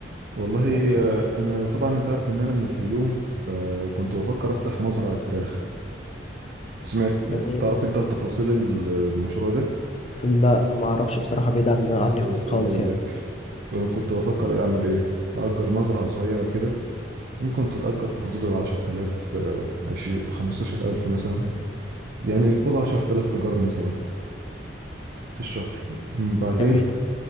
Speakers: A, on the right; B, on the left.
A: والله
B: يعني
A: آه، انا طبعا انت عارف ان انا من الفيوم فكنت بفكر افتح مزرعة فراخ سمعت
B: جميل
A: تعرف انت تفاصيل المشروع ده
B: لا ما اعرفش بصراحه بعيد عن عني
A: بص بس
B: خالص
A: هقول
B: يعني
A: لك أنا كنت بفكر اعمل ايه اجر مزرعة صغيرة كده ممكن تتأجر في حدود ال 10000 آه، 20 15000 مثلا يعني قول 10000 إيجار مثلا في الشهر م، بعدين
B: جميل